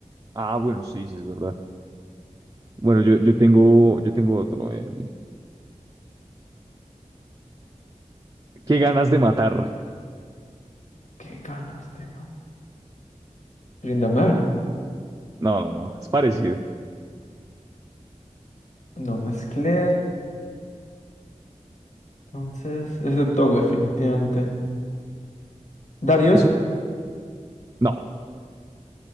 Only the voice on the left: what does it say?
Qué ganas, tema. Tryndamere.
No, no es Kled. Entonces, es de todo, definitivamente. Darius.